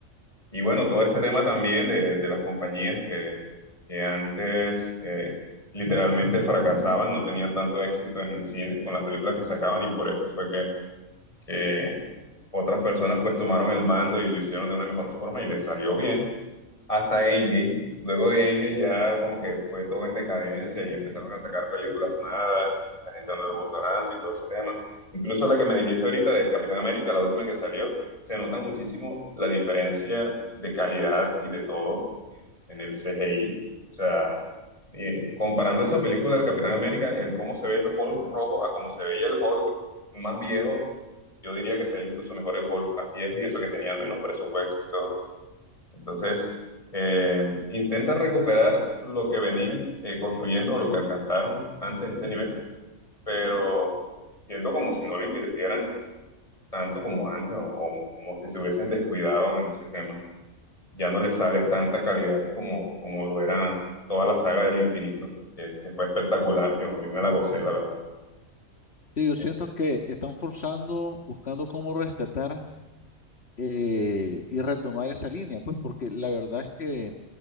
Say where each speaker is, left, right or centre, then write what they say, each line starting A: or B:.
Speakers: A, on the left (about 25°); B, on the left (about 50°).
A: Y bueno, todo este tema también de, de las compañías que, que antes eh, literalmente fracasaban, no tenían tanto éxito en el cine con las películas que sacaban y por esto fue que... que Otras personas pues tomaron el mando y lo hicieron de una mejor forma y les salió bien hasta Endgame. Luego de Endgame ya como que fue todo en decadencia y empezaron a sacar películas malas y la gente no le gustó tanto y todo ese tema. Incluso la que me dijiste ahorita del Capitán América, la última que salió, se nota muchísimo la diferencia de calidad y de todo en el CGI. O sea, eh, comparando esa película del Capitán América, el cómo se ve el Hulk rojo a cómo se veía el Hulk más viejo, yo diría que se ve incluso mejor el Hulk más viejo y eso que tenía menos presupuesto y todo. Entonces, eh, intentan recuperar lo que venían eh, construyendo o lo que alcanzaron antes de ese nivel, pero siento como si no le invirtieran tanto como antes o, o como si se hubiesen descuidado en ese tema. Ya no les sale tanta calidad como, como lo era toda la saga del infinito, que, que fue espectacular. Yo, yo me la gocé, la verdad.
B: Sí, yo siento
A: Eh,
B: que están forzando, buscando cómo rescatar eh, y retomar esa línea, pues porque la verdad es que